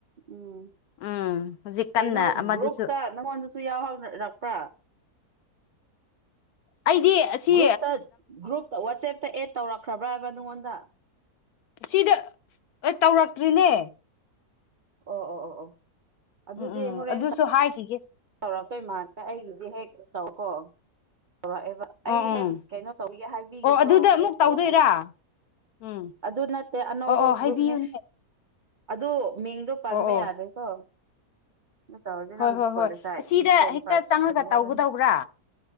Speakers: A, on the right; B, on the left.
A: ꯎꯝ
B: ꯎꯝ ꯍꯧꯖꯤꯛ
A: ꯀꯩꯅꯣ
B: ꯀꯟꯅ ꯑꯃꯗꯨꯁꯨ
A: ꯒ꯭ꯔꯨꯞꯇ ꯅꯪꯉꯣꯟꯗꯁꯨ ꯌꯥꯎꯍꯧꯔꯛꯄ꯭ꯔꯥ
B: ꯑꯩꯗꯤ ꯑꯁꯤ
A: ꯒ꯭ꯔꯨꯞꯇ ꯒ꯭ꯔꯨꯞꯇ ꯋꯥꯆꯦꯞꯇ ꯑꯦꯠ ꯇꯧꯔꯛꯈ꯭ꯔꯕ꯭ꯔꯥ ꯍꯥꯏꯕ ꯅꯉꯣꯟꯗ
B: ꯁꯤꯗ ꯇꯧꯔꯛꯇ꯭ꯔꯤꯅꯦ
A: ꯑꯣ ꯑꯣ ꯑꯣ ꯑꯣ ꯑꯗꯨꯗꯤ
B: ꯎꯝ ꯎꯝ
A: ꯍꯣꯔꯦꯟ
B: ꯑꯗꯨꯁꯨ ꯍꯥꯏꯈꯤꯒꯦ
A: ꯇꯧꯔꯛꯇꯣꯏ ꯃꯥꯅꯦ ꯑꯩꯒꯤꯗꯤ ꯍꯦꯛ ꯇꯧꯀꯣ ꯇꯧꯔꯛꯑꯦꯕ
B: ꯎꯝ
A: ꯑꯩ ꯍ‌ꯦꯟ
B: ꯎꯝ
A: ꯀꯩꯅꯣ ꯇꯧꯒꯤꯒ‌ꯦ ꯍꯥꯏꯕꯤꯒꯦꯀꯣ
B: ꯑꯣ ꯑꯗꯨꯗ ꯑꯃꯨꯛ
A: ꯑꯦꯠ ꯇꯧ
B: ꯇꯧꯗꯣꯏꯔꯥ
A: ꯍꯥꯏꯅ
B: ꯎꯝ
A: ꯑꯗꯨ ꯅꯠꯇꯦ ꯑꯅꯧꯕ
B: ꯑꯣ ꯑꯣ ꯍꯥꯏꯕꯤꯌꯨꯅꯦ
A: ꯒ꯭ꯔꯨꯞꯅꯦ ꯑꯗꯨ ꯃꯤꯡꯗꯣ ꯄꯟꯕ
B: ꯑꯣ ꯑꯣ
A: ꯌꯥꯗꯦꯀꯣ ꯅꯪ ꯇꯧꯔꯗꯤ ꯅꯪ
B: ꯍꯣꯏ ꯍꯣꯏ
A: ꯗꯤꯁꯀ꯭ꯋꯥꯂꯤꯐꯥꯏꯗ
B: ꯍꯣꯏ ꯑꯁꯤꯗ
A: ꯗꯤꯁꯀ꯭ꯋꯥꯂꯤꯐꯥꯏꯗ
B: ꯍꯦꯛꯇ ꯆꯪꯉꯒ
A: ꯆꯠꯀꯅꯤ ꯍꯥꯏꯕꯅꯤ
B: ꯇꯧꯒꯗꯧꯕ꯭ꯔꯥ